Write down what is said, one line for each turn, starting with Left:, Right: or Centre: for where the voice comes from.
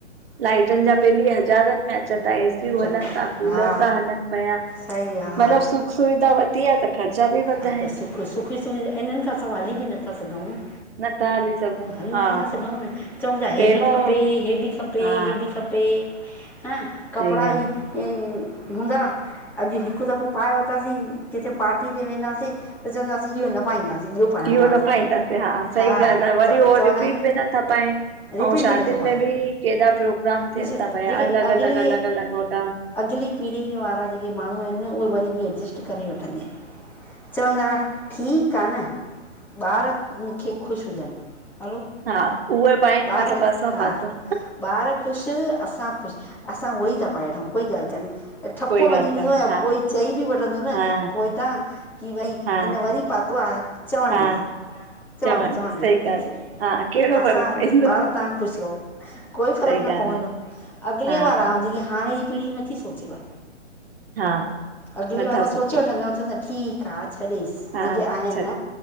Right: लाइटुनि जा बिल ई हज़ारनि में अचंनि था एसीयू
Centre: चङो
Right: हलनि था कूलर
Centre: हा
Right: था हलनि पिया मतिलब
Centre: सही आहे हा
Right: सभु सुख सुविधा वधी आ त ख़र्चा बि वधिया
Centre: हा त
Right: आहिनि।
Centre: सुख सुविधा इन्हनि खां सवाइ हली बि नथा सघूं न
Right: नथा हली सघूं
Centre: हली
Right: हा
Centre: नथा सघूं न, चऊं था
Right: पहिरियों
Centre: हे बि खपे हे बि खपे
Right: हा
Centre: हे बि खपे हां कपिड़ा
Right: सही
Centre: ई
Right: आ
Centre: ऊं हूंदा अॼु हिकु दफ़ो पाए वरितासीं किथे पार्टी ते वेंदासीं त चवंदासीं इहो न पाईंदासीं ॿियो पाइणो
Right: इहो
Centre: आ असांखे
Right: न पाईंदासीं सही
Centre: हा
Right: ॻाल्हि आहे वरी
Centre: च
Right: उहो
Centre: चवंदा
Right: रिपीट
Centre: आहियूं
Right: बि नथा पाइनि
Centre: रिपीट
Right: ऐं शादियुनि
Centre: बि नथो पाए,
Right: में बि केॾा प्रोग्राम थियनि
Centre: ॾिस
Right: था पिया
Centre: जेके
Right: अलॻि
Centre: अॻिले
Right: अलॻि अलॻि अलॻि वॻा
Centre: अॻिली पीढ़ीअ वारा जेके माण्हू आहिनि न उहे वरी बि एडजस्ट करे वठंदइ चवंदा ठीकु आ न, ॿार मूंखे ख़ुशि हुजनि हलो
Right: हा, उहे पाइनि
Centre: ॿार
Right: मतलबु असां
Centre: हा
Right: पातो
Centre: ॿार ख़ुशि असां ख़ुशि असां उहो ई था पाए वठूं कोई ॻाल्हि कोन्हे ठपो
Right: कोई
Centre: लॻी
Right: ॻाल्हि
Centre: वेन्दो
Right: कान्हे
Centre: आ या
Right: हा
Centre: कोई चई बि वठंदोन न
Right: हा
Centre: पोइता की भई
Right: हा
Centre: हिन वरी पातो आ चवण
Right: हा
Centre: ॾेस चवण
Right: चवनि
Centre: ॾेस चवण ॾेस,
Right: सही ॻाल्हि हा कहिड़ो
Centre: असां
Right: फ़र्क़ु पवंदो
Centre: ॿार तव्हां ख़ुशि रहो कोई फ़र्क़ु
Right: सही
Centre: न
Right: ॻाल्हि
Centre: पवंदो
Right: आहे
Centre: अॻिले
Right: हा
Centre: वारा, अऊ जेकी हाणे जी पीढ़ी न नथी सोचेव,
Right: हा
Centre: अगिले
Right: नथा
Centre: वारा सोचे
Right: सोचनि
Centre: वठंदा चवंदव ठीकु हा छॾेसि
Right: हा
Centre: जेके आहिनि,
Right: छॾ